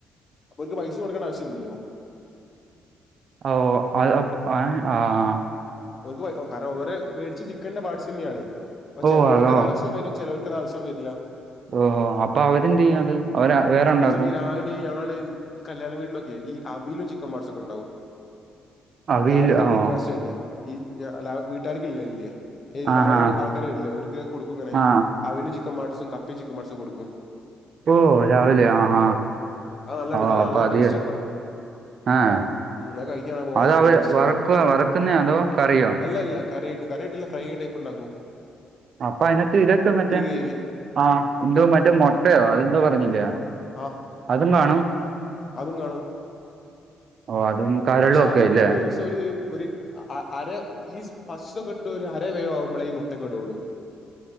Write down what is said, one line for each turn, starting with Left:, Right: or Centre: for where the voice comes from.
Left: അപ്പൊ ഓൽക്ക് പൈസ കൊടുക്കണ്ടെ ആവശ്യ ഇില്ലല്ലോ.
Right: ഓ <unintelligible> ആഹ്
Left: ഒൽക്ക് കാരണം ഓര് മേടിച്ച ചിക്കന്റെ പാർട്സ് എന്നെയാണ്. അ
Right: ഓ
Left: ചേലോർക്ക്
Right: അത്
Left: അതവശ്യം വരും ചേലോർക്ക് അത് ആവശ്യം വെര്ല്ല.
Right: ഓഹോ അപ്പൊ അവര്ന്ത് ചെയ്യു അത് അവര് വേറെണ്ടാകൊ.
Left: പന്നെ ഈ രാവിലെ ഈ ആള് ഈ കല്യാണ വീട്ടിലൊക്കെയ ഈ അവിലും ചിക്കൻ പാട്സും ഒക്കെ ഉണ്ടാവും.
Right: അവിയൽ
Left: രാവിൽത്തെ
Right: ഓ
Left: ബ്രേക്കഫാസ്റ്റ് അയിറ്റ്. ഈ വീട്ടുകാർക് ഇല്ല ഇല്ലേ ഈ
Right: ആ
Left: രാവിലെ
Right: ഹാ
Left: ആൾക്കാർ വരില്ലേ ഒരുക്ക് കൊടുക്കും ഇങ്ങനെ.
Right: ആ
Left: അവിലും ചിക്ക പാട്സും കപ്പി ചിക്കൻ പാട്സും കൊടുക്കും.
Right: ഓ രാവിലെ ആഹ്
Left: അത് നല്ല
Right: ആഹ്
Left: ടേ- അത്
Right: അപ്പ
Left: നല്ല
Right: അതി
Left: ടേസ്റ്റ് ഉണ്ടാവും.
Right: ആഹ്
Left: ഉം അത് കഴിക്കാൻ പോവാൻ
Right: അത
Left: നല്ല
Right: അവ
Left: ടേസ്റ്റ്
Right: വറക്ക വറക്കുന്നേ അതോ കറിയോ.
Left: ഇല്ല ഇല്ല കറിയിട്ട് കറിയിട്ടല്ല ഫ്രൈ ആയ്ട്ട് ടയിപ്പ് ഉണ്ടകും.
Right: അപ്പ അതിനകത്ത് <unintelligible> മറ്റേ
Left: ഗ്രേവി
Right: ആഹ് എന്തോ മറ്റേ മുൊട്ടയോ അതെന്തോ പറഞ്ഞില്ല
Left: ആഹ് ആഹ്
Right: അതും കാണും.
Left: അതും കാണും.
Right: ഓ അതും. കരളും
Left: പക്ഷെ
Right: ഒക്കെ
Left: അതൊക്കെ
Right: ഇല്ലേ
Left: മീൻസ് ഒര് ഒര്. അര ഈ <unintelligible> ഒരു അര വേവ ആവുമ്പോളേ ഈ മുട്ടക്കെഇടൊള്ളൂ.